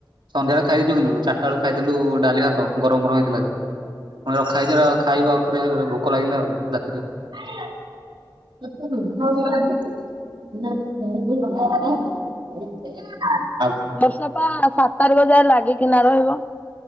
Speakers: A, on the right; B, on the left.
A: ସଂଧ୍ୟାବେଳେ ଖାଇଦେଇଛୁ କିନ୍ତୁ ଚାରିଟା ବେଳେ ଖାଇଦେଲୁ ଡାଲି, ଭାତ ଗରମ ଗରମ ହେଇ ରାଇ ଖାଇବ ଆଉ ଖାଇବୁ ଆଉ ଥରେ ଭୋକ ଲାଗିଲା ଆଉ ରାତିରେ। ହ ହୁଁ <unintelligible>
B: ବର୍ଷା ପା ସାତ ତାରିଖ ଯାଏ ଲାଗିକ ନା ରହିବ।